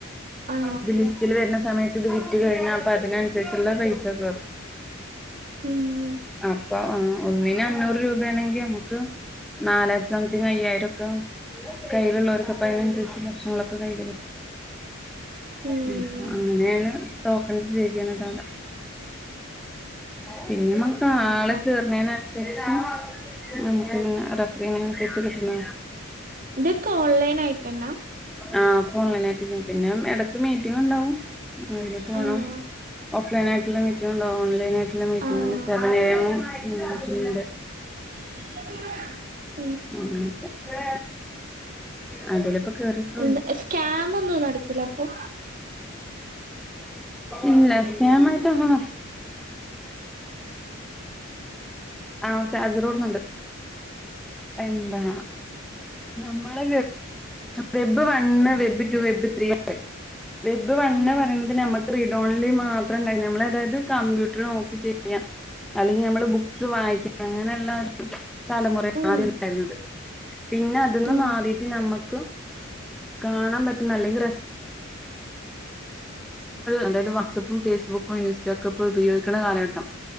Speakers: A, on the right; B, in the centre.
A: ആ
B: ഇത് ലിസ്റ്റില് വരുന്ന സമയത്ത് ഇത് വിറ്റ് കഴിഞ്ഞ അപ്പ അതിനനുസരിച്ചുള്ള പൈസ സ കേറും
A: ഉം
B: അപ്പ ആ ഒന്നിന് അഞ്ഞൂറ് രൂപയാണെങ്കി നമുക്ക് നാലായിരം സംതിങ് അയ്യായിരം ഒക്കെ കയ്യിലുള്ളവർ കപ്പ അതിനനുസരിച്ച് ലക്ഷങ്ങളൊക്കെ
A: ഉം
B: <unintelligible> അങ്ങനെയാണ് ടോക്കൺസ് സേവ് ചെയ്യണതടെ പിന്നെമ്മക്ക്
A: ഓഹോ
B: ആളെ കേറുന്നന്നുസരിച്ചും ഉം ഉ പിന്നെ റഫറ് ചെയ്യണനുസരിച്ച് കിട്ടണ
A: ഇതൊക്കെ ഓൺലൈൻ ആയിട്ടെന്നാ
B: ആഹ് ഫോൺ <unintelligible> പിന്നെ ഇടക്ക് മീറ്റിങ് ഇണ്ടാവും അതില് പോണം
A: ആഹ്
B: ഓഫ്‌ലൈൻ ആയിട്ടുള്ള മീറ്റിംഗ് ഉണ്ടോ ഓൺലൈൻ ആയിട്ടുള്ള മീറ്റിങ്ങണ്ട്
A: ആഹ്
B: സെവൻ എ എംണ്ട്
A: <inaudible>
B: ആ <inaudible> അതിലിപ്പൊ കേറിട്ടുള്ളൂ
A: എന്ത് സ്കാം ഒന്നും നടക്കൂല അപ്പൊ
B: ഇല്ല സ്കാം ട്ടൊന്നും ആ ചാർജറോഡ്ന്നുണ്ട് എന്താ നമ്മള് വെബ് വന്ന് web two web three web വൺന്ന്
A: ആഹ്
B: പറയുന്നത് നമക്ക് റഡോണിൽ മാത്രം ഉണ്ടായി നമ്മൾ അതായത് കം നോക്കി ചെയ്യാം അല്ലെങ്കിൽ നമ്മള് ബുക്സ് വായിക്ക അങ്ങനെയുള്ള തലമുറ
A: ഉം
B: മാണ്ടായിരുന്നത് പിന്നെ അതൊന്ന്
A: ഉം
B: മാറിട്ട് നമ്മക്ക് കാണാൻ പറ്റുന്ന അല്ലെങ്കിൽ രസ അതായത് വാട്സപ്പും ഫേസ്ബുക്കും യന്യൂസ്റ്റക്കൊപ്പ ഉപയോഗിക്കുന്ന കാലഘട്ടം